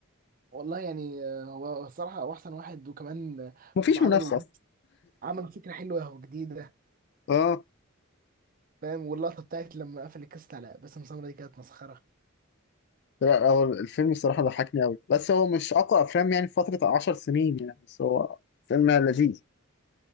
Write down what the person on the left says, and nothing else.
مفيش
منافسه اصلا
اه
لا هو الفيلم الصراحه ضحكني قوي بس هو مش اقوى افلام يعني في فتره 10 سنين يعني بس هو فيلم لذيذ